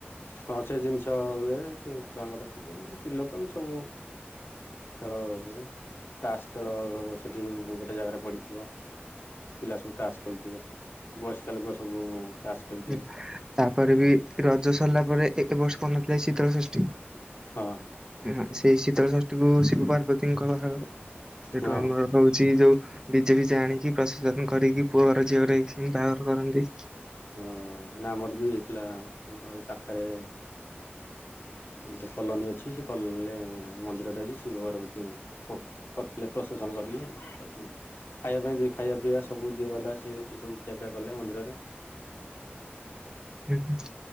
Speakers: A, on the left; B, on the right.
A: ହଁ ସେ ଜିନିଷ ହୁଏ ସବୁ ଛୁଆଙ୍କର ସବୁ ସ୍ତ୍ରୀ ଲୋକ ଏମିତି ସବୁ। ଖେଳ ହୁଏ। ତାସ ଖେଳ ହବ ସେଠି ଗୋଟେ ଜାଗାରେ ପଡ଼ିଥିବ ପିଲା ସବୁ ତାସ ଖେଳୁଥିବେ। ବୟସ୍କ ଲୋକ ସବୁ। ତାସ ଖେଳୁଥିବେ
B: ଉଁ ତାପରେ ବି ରଜ ସରିଲା ପରେ ଏ ଏ ବର୍ଷ ପଡିନଥିଲା କି ଶୀତଳ ଷଷ୍ଠୀ।
A: ହଁ।
B: <unintelligible> ସେଇ ଶୀତଳ ଷଷ୍ଠୀକୁୁ ଶିବ, ପାର୍ବତୀଙ୍କର <unintelligible> ସେଠୁ
A: ହଁ
B: ଆମର ଚି ଯୋଉ ଡି ଜେ ଫିଜେ ଆଣିକି ପ୍ରଶେସନ କରିକି ପୁଅ ଘର ଝିଅ ହେଇକି ବାହାଘର କରନ୍ତି।
A: ହଁ ନା ଆମର ବି ହେଇଥିଲା ମୋର ଏଇ ପାଖରେ। ଗୋଟେ କଲୋନୀ ଅଛି ସେ କଲୋନୀରେ ମନ୍ଦିରଟା ଅଛି ଶିବ, ପାର୍ବତୀ ପ କରିଥିଲେ ପ୍ରସେସନ <unintelligible> କରିଥିଲେ ଖାଇବା ପାଇଁ ଦେ ଖାଇବା ପିଇବା ସବୁ ଯିଏ ଗଲା ସିଏ ସେଠି ସବୁ ଖିଆପିଆ କଲେ ମନ୍ଦିରରେ।
B: ହୁଁ ହୁଁ।